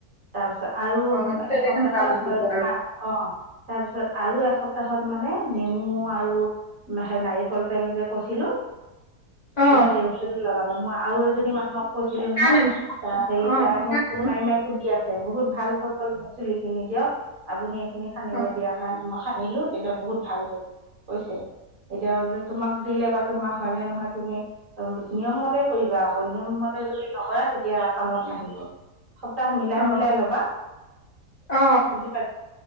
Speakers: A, on the right; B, on the left.
A: তাৰপিছত আৰু
B: অ তেনেকে
A: এসপ্তাহত
B: লগাব লাগিব আৰু
A: অ', তাৰপিছত আৰু এসপ্তাহত মানে নেমু আৰু সেই নাৰিকল তেল যে কৈছিলো।
B: অ
A: সেই সেইটো লগাবা মই আৰু এজনী মানুহক কৈছিলো নহয়,
B: কাৰণে
A: ত হেৰি
B: অ
A: তাই
B: পকা
A: মোক
B: নেমু
A: ফোন মাৰি মাৰি সুধি আছে বহুত ভাল হৈ গ'ল মোৰ চুলি খিনি দিয়ক, আপুনি এইখিনি সানিব
B: অ
A: দিয়া কাৰনে মই সানিলো, তেতিয়া বহুত ভাল হৈ কৈছে। এতিয়া বোলে তোমাক দিলে বা তোমাৰ হয় নে নহয়, তুমি নিয়ম মতে কৰিবা আকৌ নিয়ম মতে যদি নকৰা তেতিয়া কামত নাহিব। সপ্তাহ মিলাই
B: অ
A: মিলাই ল'বা,
B: অ অ
A: বুজি পাই,